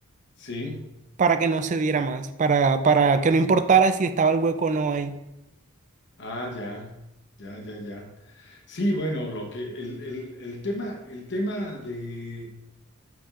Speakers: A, on the left; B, on the right.
A: sí.
B: para que no se diera más, para, para que no importara si estaba el hueco o no ahí.
A: Ah, ya, ya, ya, ya. Sí, bueno, lo que el, el- el tema, el tema de,